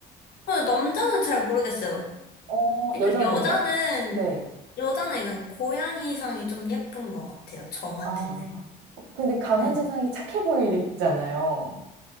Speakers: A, on the left (about 65°); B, on the right (about 90°).
A: 남자는 잘 모르겠어요.
B: 어,
A: 그러니까
B: 여자는요?
A: 여자는,
B: 네.
A: 여자는 약간 고양이상이 좀 예쁜 것 같아요. 저한테는.
B: 아, 어, 근데 강한
A: 네.
B: 지상이 착해 보이잖아요.